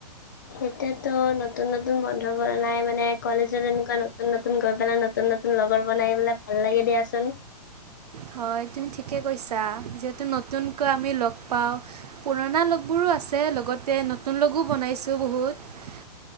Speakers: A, on the left; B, on the right.
A: এতিয়াতো নতুন নতুন বন্ধু বনাই মানে কলেজত এনেকুৱা নতুননতুন গৈ পেলাই নতুন নতুন লগৰ বনাই পেলাই ভাল লাগে দিয়াচোন।
B: হয় তুমি ঠিকে কৈছা যিহেতু নতুনকৈ আমি লগ পাওঁ। পুৰণা বোৰো আছে লগতে নতুন লগো বনাইছোঁ বহুত।